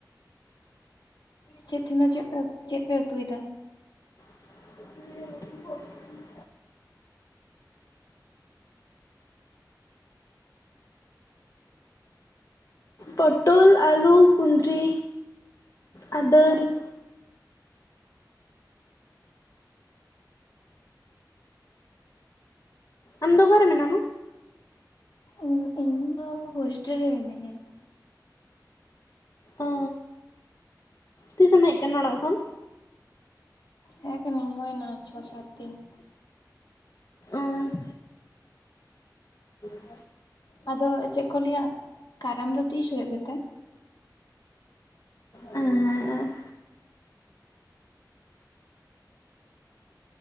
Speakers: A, on the left (about 75°); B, on the left (about 50°).
A: ᱪᱮᱫ ᱫᱷᱤᱱᱟᱹᱜ ᱪᱮᱫ ᱯᱮ ᱪᱮᱫ ᱯᱮ ᱩᱛᱩᱭᱮᱫᱟ?
B: <inaudible> ᱯᱚᱴᱚᱞ ᱟᱞᱩ ᱠᱸᱫᱽᱨᱤᱼᱼ ᱟᱨ ᱫᱟᱹᱞ
A: ᱚ
B: ᱾ ᱟᱢ ᱫᱚ ᱚᱠᱟᱨ ᱨᱮ ᱢᱮᱱᱟᱢᱟ?
A: ᱤᱧ ᱤᱧ ᱫᱚ ᱼᱼ ᱦᱳᱥᱴᱮᱞ ᱨᱮ ᱢᱤᱱᱟᱧᱟ ᱾
B: ᱚ ᱛᱤᱥᱮᱢ ᱦᱮᱡ ᱟᱠᱟᱱᱟ ᱚᱲᱟᱜ ᱠᱷᱚᱱ?
A: ᱦᱮᱡ ᱠᱟᱹᱱᱟᱹᱧ ᱦᱩᱭᱱᱟ ᱪᱷᱚ ᱥᱟᱛ ᱫᱤᱱ ᱾
B: ᱦᱮᱸ <unintelligible>
A: ᱟᱫᱚ ᱪᱮᱫ ᱠᱚ ᱞᱟᱹᱭᱟ, ᱠᱟᱨᱟᱢ ᱫᱚ ᱛᱤᱥ ᱦᱩᱭᱩᱜ ᱜᱮᱛᱮ ᱾
B: ᱮᱸ